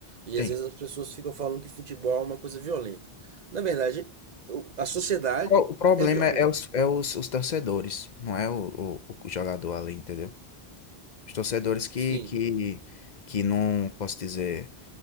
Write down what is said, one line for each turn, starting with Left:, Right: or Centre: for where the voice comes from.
Right: e
Left: Sim.
Right: às vezes as pessoas ficam falando que futebol é uma coisa violenta. Na verdade, eu- a sociedade
Left: Pro- O problema
Right: é violenta.
Left: é é os, é os, os torcedores, não é o, o, o jogador ali, entendeu? Os torcedores que,
Right: Sim.
Left: que, que não, posso dizer.